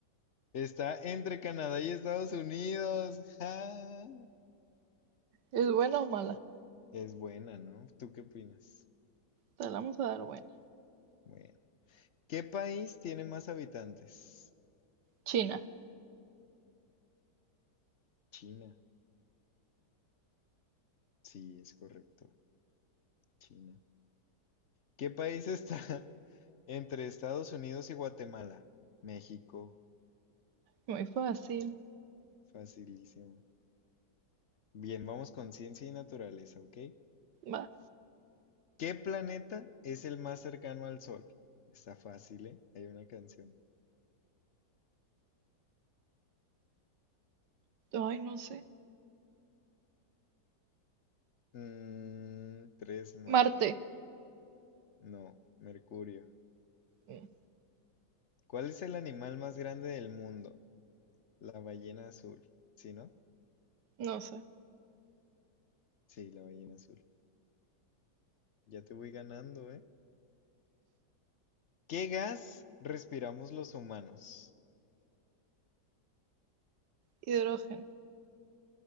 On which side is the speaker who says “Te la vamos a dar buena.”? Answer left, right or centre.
Right